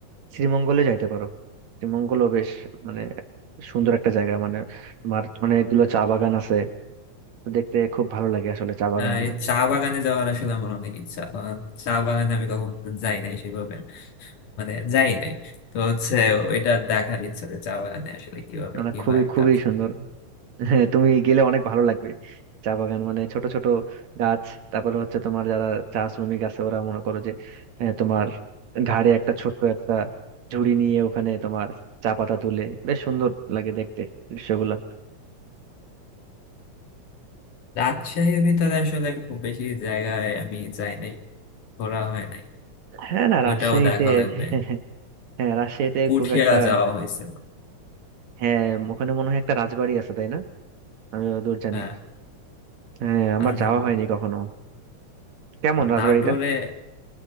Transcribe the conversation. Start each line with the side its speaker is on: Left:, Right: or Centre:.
Right: শ্রীমঙ্গলে যাইতে পারো শ্রীমঙ্গলও বেশ মানে সুন্দর একটা জায়গা মানে তোমার অনেকগুলো চা বাগান আছে তো দেখতে খুব ভালো লাগে আসলে চা বাগান
Left: আহ,
Right: গুলো
Left: এই চা বাগানে যাওয়ার আসলে আমার অনেক ইচ্ছা আহ, চা বাগানে আমি কখনো যাই নাই সেভাবে মানে যাই নাই তো হচ্ছে ওইটা দেখার ইচ্ছা যে চা বাগানে আসলে কিভাবে
Right: মানে
Left: কি
Right: খুবই
Left: হয়
Right: খুবই
Left: কাজ
Right: সুন্দর হ্যাঁ তুমি গেলে অনেক ভালো লাগবে চা বাগান মানে ছোট ছোট গাছ তারপরে হচ্ছে তোমার যারা চা শ্রমিক আছে ওরা মনে করো যে আহ, তোমার ঘাড়ে একটা ছোট্ট একটা ঝুড়ি নিয়ে ওখানে তোমার চা পাতা তুলে বেশ সুন্দর লাগে দেখতে দৃশ্যগুলো
Left: রাজশাহীর ভিতরে আসলে খুব বেশি জায়গায় আমি যাই নাই ঘোরা হয় নাই
Right: হ্যাঁ না
Left: ওইটাও
Right: রাজশাহীতে
Left: দেখা লাগবে
Right: <laughs> হ্যাঁ রাজশাহীতে
Left: পুঠিয়া
Right: খুব একটা
Left: যাওয়া হয়েছিল
Right: হ্যাঁ ওখানে মনে হয় একটা রাজবাড়ি আছে তাই না আমি দূর জানি
Left: হ্যাঁ,
Right: হ্যাঁ আমার
Left: আর
Right: যাওয়া হয়নি কখনো কেমন রাজবাড়িটা
Left: নাটোরে